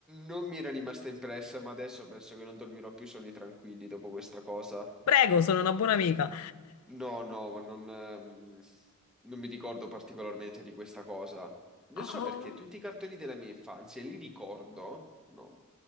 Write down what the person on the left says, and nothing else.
Prego, sono una buona amica.
Oh.